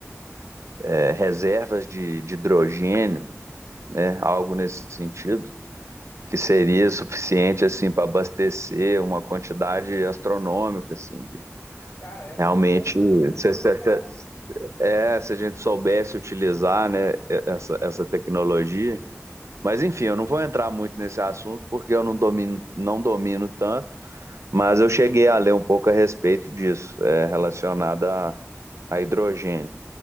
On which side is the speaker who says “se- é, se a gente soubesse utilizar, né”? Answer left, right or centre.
Right